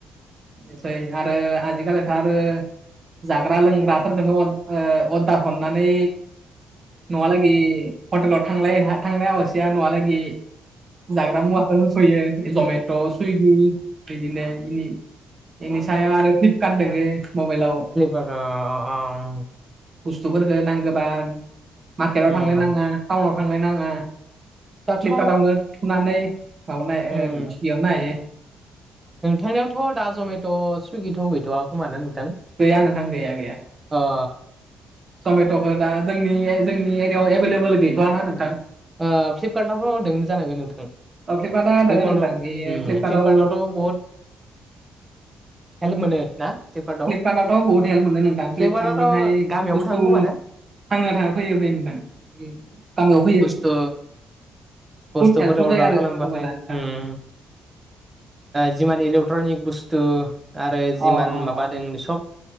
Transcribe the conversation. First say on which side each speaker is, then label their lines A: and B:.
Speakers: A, on the right; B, on the right.
A: एसै आरो आजिखालिथ' आरो जाग्रा लोंग्राफोरखौनो अर्दार हरनानै नवालागि हटेलाव थांलाय थांलाया हसिया नवालागि जाग्रा मुवाखौ सयो जमेट' सुइगि बिदिनो इनि बेनि सायाव आरो फ्लिपकार्ट दङ मबाइलाव
B: क्लिक्कारा अ अ अ
A: बुसथुफोरखौ नांगौबा मार्केटाव
B: उम
A: थांलाय नाङा टाउनाव थांलायनाङा
B: दाथ'
A: फ्लिपकार्टावनो थुनानै माबानो हायो
B: उम
A: दिहुरनो हायो
B: नोंथांनियावथ' दा जमेट' सुइगिथ' गैथ'वा खोमा ना नोंथां
A: गैया नोंथां गैया गैया
B: अ
A: जमेट'खौ दा जोंनि जोंनि एरियायाव एभेलेबोल गैथ'आ ना नोंथां
B: ओ फ्लिपकार्टआवथ' होनदोंनो जानांगोन नोंथां
A: औ फ्लिपकार्टा होदों
B: फ्लिपकार्टआव
A: नोंथां बे
B: उम
A: फ्लिपकार्टाव
B: फ्लिपकार्टआवथ' बहुत हेल्प मोनो ना फ्लिपकार्टआव
A: फ्लिपकार्ट आथ' बहुत हेल्प मोनो नोंथां
B: फ्लिपकार्टआवथ'
A: फ्लिपकार्टनिफ्राय
B: गामियावबो
A: बुस्थु
B: थाङो खोमा ने
A: थाङो थाङो फैयो फैयो नोंथां गामियाव फै
B: बुसथु बुसथुफोर
A: हेल्पफुल
B: अर्दार
A: जायो आरो
B: खालामबाथाय
A: मबाइला नोंथां
B: ओम जिमानि इलेक्ट्रनिक बुसथु आरो जिमान
A: अ अ
B: माबादों सब